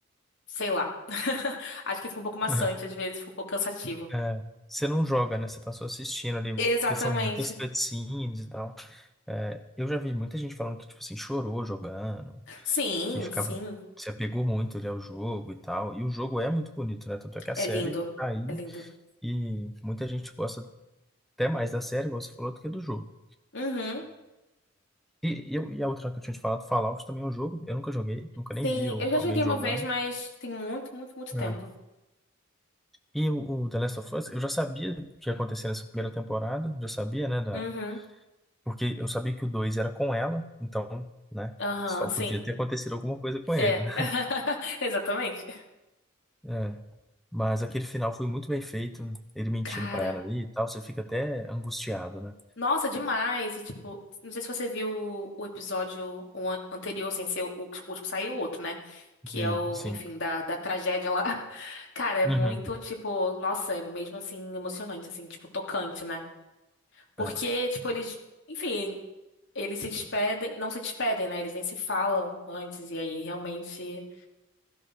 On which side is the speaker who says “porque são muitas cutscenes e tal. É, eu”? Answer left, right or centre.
Centre